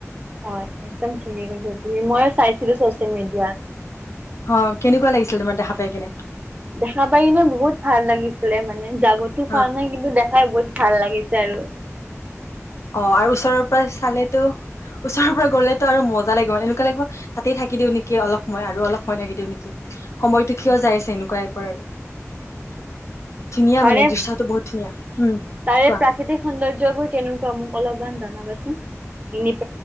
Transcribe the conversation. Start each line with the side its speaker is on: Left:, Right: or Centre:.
Right: হয় একদম ঠিকে কৈছা তুমি ময়ো চাইছিলো চচিয়েল মিডিয়াত।
Left: অ' কেনেকুৱা লাগিছিল তোমাৰ দেখা পাই কিনে?
Right: দেখা পাই কিনে বহুত ভাল লাগিছিলে মানে। যাবতো
Left: হা
Right: পৰা নাই কিন্তু দেখায় বহুত ভাল লাগিছ <unintelligible>
Left: অ' আৰু ওচৰৰ পৰা চালেতো ওচৰৰ পৰা গ'লেতো আৰু মজ <unintelligible> লাগিব এনেকুৱা লাগিব তাতেই থাকি দিও নেকি অলপ সময় আৰু অলপ সময় থাকি দিওঁ নেকি। সময়টো কিয়
Right: হয়
Left: যাই আছে এনেকুৱাই <unintelligible> আৰু ধুনীয়া
Right: তাৰে,
Left: মানে দৃশ্যটো বহুত ধুনীয়া উম
Right: তাৰে
Left: কোৱা
Right: প্ৰাকৃতিক সৌন্দৰ্যবোৰ কেনেকুৱা মোক অলপমান জনাবাচোন <unintelligible>